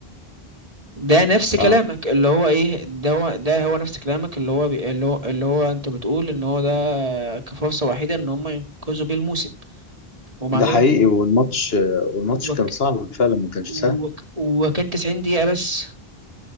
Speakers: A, on the right; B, on the left.
A: ده نفس كلامك
B: اه
A: اللي هو ايه ده هو ده هو نفس كلامك اللي هو بي... اللي هو اللي هو انت بتقول ان هو ده كفرصة وحيدة ان هم ينقذوا بيه الموسم ومع
B: ده
A: ذلك
B: حقيقي
A: ب-
B: والماتش والماتش
A: وك...
B: كان صعب فعلا ما كانش
A: وك...
B: سهل
A: وكان 90 دقيقة بس